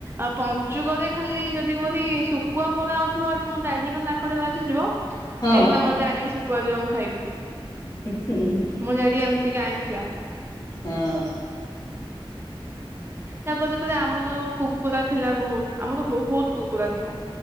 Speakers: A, on the right; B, on the left.
A: ଆ ପଞ୍ଚୁକରେ ଖାଲି ଯଦି କୋଉଠି ଶୁଖୁଆ ପୋଡ଼ା ହଉଥିବ ଯଦି ମୋ ଡାଡି ଙ୍କ ନାକରେ ବାଜି ଯିବ,
B: ହଁ
A: ଏଇନା ମତେ ତେ ଆଣିକି ଶୁଖୁଆ ଦିଅ ମୁଁ ଖାଇବି।
B: ଉଁ ହୁଁ ହୁଁ।
A: ମୋ ଡାଡି ଏମତିିକା ଆଇଁଷିଆ।
B: ହଁ।
A: ତାପରେ ପରେ ଆମର କୁକୁଡ଼ା ଥିଲା ବହୁତ। ଆମର ବହୁତ କୁକୁଡ଼ା ଥିଲା।